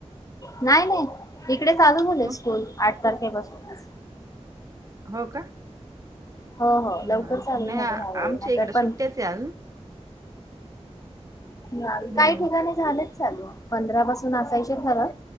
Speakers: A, on the left (about 30°); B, on the right (about 30°).
A: नाही नाही इकडे चालू झाले
B: मग
A: स्कूल आठ तारखे पासून
B: हो का
A: हो हो
B: हा
A: लवकर चालू
B: नाही
A: झाले
B: आ-
A: ह्यावेळी
B: आमच्या
A: नंतर
B: इकडे सुट्ट्याच
A: पण
B: आहे अजून
A: ह
B: हम्म
A: काही ठिकाणी झाले चालू पंधरा पासून असायचे खरं